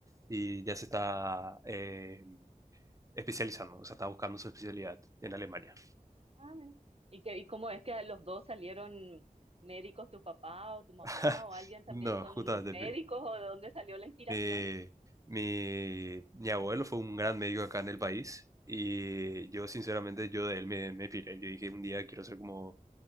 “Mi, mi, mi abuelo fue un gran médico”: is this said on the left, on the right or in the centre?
Right